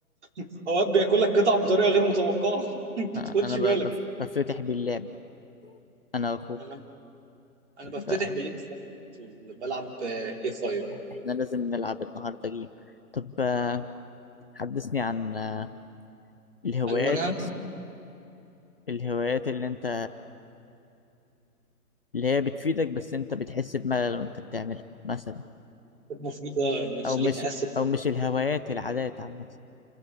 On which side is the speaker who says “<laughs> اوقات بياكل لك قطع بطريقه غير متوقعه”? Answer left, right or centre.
Right